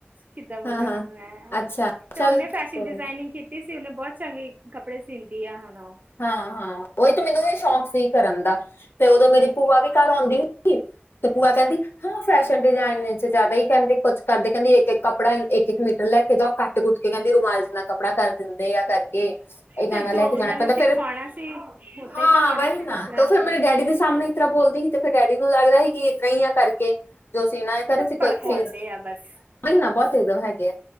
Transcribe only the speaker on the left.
ਹਾਂ
ਹਾਂ
ਅੱਛਾ
ਚੱਲ
ਕੋਈ
ਹਾਂ-ਹਾਂ, ਓਹੀ ਤੇ ਮੈਨੂੰ ਵੀ ਸ਼ੌਕ ਸੀ ਕਰਨ ਦਾ, ਤੇ ਓਦੋਂ ਮੇਰੀ ਭੂਆ ਵੀ ਘਰ ਔਂਦੀ ਹੀ ਸੀ ਤੇ ਪੂਆ ਕੈੰਦੀ ਹੰ ਫੈਸ਼ਨ ਡਿਜ਼ਾਇਨ ਚ ਜਾਦਾ ਈ ਕੈਂਦੀ ਕੁਛ ਕਰਦੇ। ਕੈਂਦੀ ਇੱਕ ਕਾੱਪੜਾ ਐ ਇੱਕ- ਇੱਕ ਮੀਟਰ ਲੈ ਕੇ ਜਾਔ ਕੱਟ-ਕੁੱਟ ਕੇ ਕੈਂਦੀ ਰੁਮਾਲ ਜਿੰਨਾ ਕੱਪੜਾ ਕਰ ਦਿੰਦੇ ਆ ਕਰ ਕੇ ਇਨਾਂ
ਨਾਲ ਲੈ ਕੇ
ਜਾਨਾ
ਕੈਂਦਾ
ਫੇਰ,
ਹਾਂ,
ਵਹੀ
ਨਾ,
ਤੋ ਫਿਰ ਮੇਰੇ ਡੈਡੀ ਦੇ ਸਾਮਣੇ ਇਸ ਤਰ੍ਹਾਂ ਬੋਲਦੀ ਸੀ ਤੇ ਫਿਰ ਡੈਡੀ ਨੂੰ ਲਗਦਾ ਸੀ ਕਿ ਇਸ ਤਰ੍ਹਾਂ ਹੀ ਆ ਕਰਕੇ। ਜੋ ਸੀ ਨਾ ਇਹ ਕਰ
ਸੀ
ਕੋਸੀਸ।
ਮਹੀਨਾ ਬਹੁਤ ਹੈਗੇ ਐ